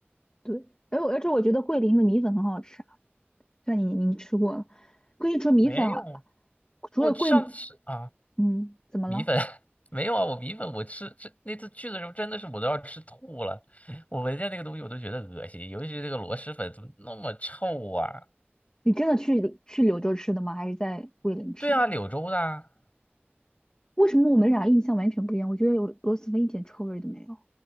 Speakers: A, on the left (about 20°); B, on the left (about 35°).
A: 对，而而且我觉得桂林的米粉很好吃啊，虽然你你吃过了，桂林除了米粉啊，
B: 没有，我上次啊，
A: 除了桂，嗯，怎么了？
B: 米粉 <laughs> 没有啊，我米粉我吃吃那次去的时候真的是我都要吃吐了，我闻见那个东西我都觉得恶心，尤其是这个螺蛳粉怎么那么臭啊？
A: 你真的去去柳州吃的吗？还是在桂林吃的？
B: 对啊，柳州的啊，
A: 为什么我们俩印象完全不一样？我觉得有螺蛳粉一点臭味都没有。